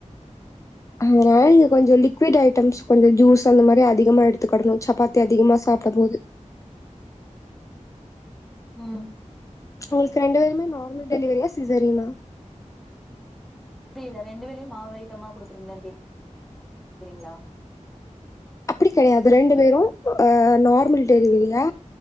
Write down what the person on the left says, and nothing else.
அதனால நீங்க கொஞ்சோ லிக்விட் ஐட்டம்ஸ் கொஞ்சோ ஜூஸ் அந்த மாரி அதிகமா எடுத்துக்கடணோ சப்பாத்தி அதிகமா சாப்பிடும் போது
உங்களுக்கு ரெண்டு பேருமே நார்மல் டெலிவரியா சிசறியனா
அப்படி கிடையாது ரெண்டு பேரும்ஹ நார்மல் டெலிவரியா